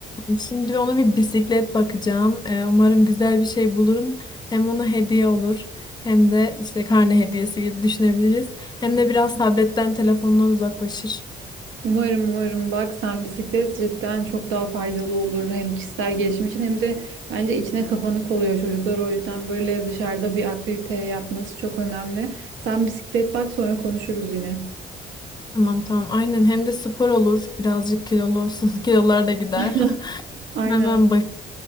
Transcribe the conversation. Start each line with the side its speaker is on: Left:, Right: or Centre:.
Left: Şimdi ona bir bisiklet bakacağım. Ee, umarım güzel bir şey bulurum. Hem ona hediye olur, hem de işte karne hediyesi gibi düşünebiliriz. Hem de biraz tabletten, telefondan uzaklaşır.
Right: Umarım umarım bak sen bisiklet cidden çok daha faydalı olur hem kişisel gelişim için hem de bence içine kapanık oluyor çocuklar o yüzden böyle dışarıda bir aktivite yapması çok önemli. Sen bisiklet bak sonra konuşuruz yine.
Left: Tamam tamam aynen hem de spor olur. Birazcık kilolu olsun. <laughs> Kilolar da gider.
Right: <laughs>
Left: <laughs>
Right: Aynen
Left: Hemen bak.